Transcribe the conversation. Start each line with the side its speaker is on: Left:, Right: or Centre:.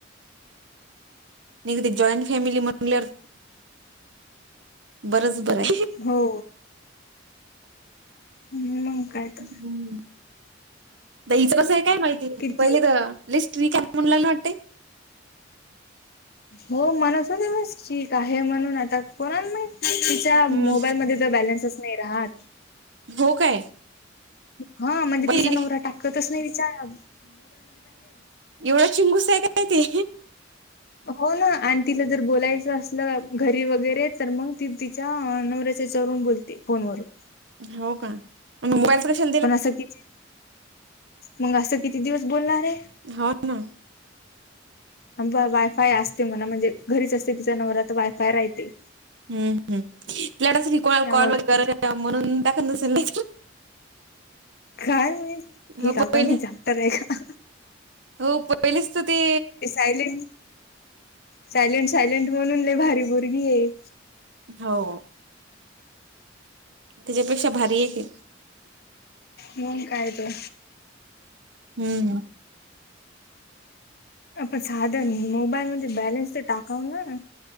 Right: नाही का ते जॉईंट फॅमिली म्हटल्यावर बरंच बरं आहे
Left: हो ह् मंग काय? तर
Right: हम्म् द हचं कसं आहे काय माहिती
Left: किती
Right: पहिले तर लिस्ट्री काय म्हणला ना वाटते
Left: हो म्हणतस होति ठीक आहे म्हणून आता कोणाला माहीत तिच्या
Right: हम्म
Left: मोबाईलमध्ये तर बॅलन्सच नाही राहात.
Right: हो काय?
Left: हा म्हणजे
Right: बाई
Left: तिचा नवरा टाकतच नाही विचार
Right: एवढा चिंगूस आहे काय ते
Left: हो ना आणि तिला जर बोलायचं असलं घरी वगैरे तर मग ती नवऱ्याच्या चोरून बोलते फोनवरून
Right: हो का? म मोबाईच कशा
Left: पण असं किती मग असं किती दिवस बोलणार आहे
Right: हा ना
Left: आमचा वायफाय असते म्हण म्हणजे घरीच असते तिच्या नवरा तर वायफाय राहते.
Right: हम्म हम्म तिला तसं कोणाला
Left: त्यामुळे
Right: कॉल वगैरे म्हणून टाकत नसलं नाही
Left: काय माहीत ही
Right: हो
Left: काका
Right: पहिला
Left: ही मी चाप्टर आहे का
Right: हो पहिलीच तर ते
Left: आहिले सायलेंट सायलेंट म्हणून लेय भारी पोरगी हे
Right: हो तीच्यापेक्षा भारी आहे की.
Left: मग कायतर
Right: हम्म
Left: अ पण साधा मोबाईल मध्ये बॅलेन्स तर टाकाव ना.